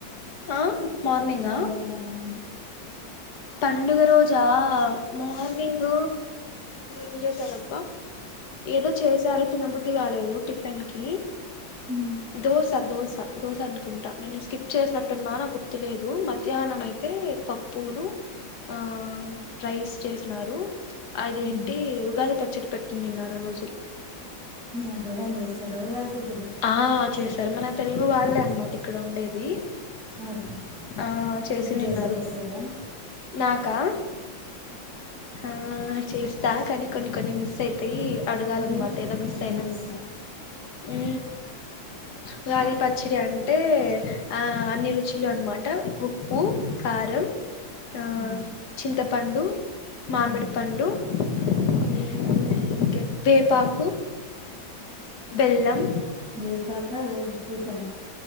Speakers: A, on the left; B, in the centre.
A: ఆ మార్నింగా
B: పండుగనాడు
A: పండుగ రోజా ఆ మార్నింగ్ ఏం చేసారబ్బా ఏదో చేశారో తిన్నబుద్ధి కాలేదు టిఫిన్ కి
B: ఉ
A: దోస దోస దోస అనుకుంటా నేను స్కిప్ చేసినట్ అన్నా నా గుర్తులేదు మధ్యాహ్నం అయితే పప్పును ఆ రైస్ చేసినారు అదేంటి
B: మ్మ్.
A: ఉగాది పచ్చడి పెట్ట నిన్నర రోజు
B: అక్కడకని చేస్తారా ఉగాది పచ్చడి
A: ఆ చేశారు మన తెలుగు వాళ్ళే అనమాట ఇక్కడ ఉండేది
B: ఓకే అం
A: ఆ చేసినిన్నారు
B: నీకు చేసేక వస్తుందేం
A: నాకా ఆ చేస్త స్ట కాని కొన్ని కొన్ని మిస్ అయితాయి అడగాలన్నమాట
B: ఏమి
A: ఏదో మిస్
B: ఎట్లా
A: అయినా
B: చేస్తావు
A: హ ఉగాది పచ్చడి అంటే ఆ అన్ని రుచులు అనమాట ఉప్పు కారం ఆ
B: మ్మ్.
A: చింత పండు మామిడి
B: మ్మ్.
A: పండు ఓకే వేపాకు బెల్లం
B: వేపాకా వేపు పూతన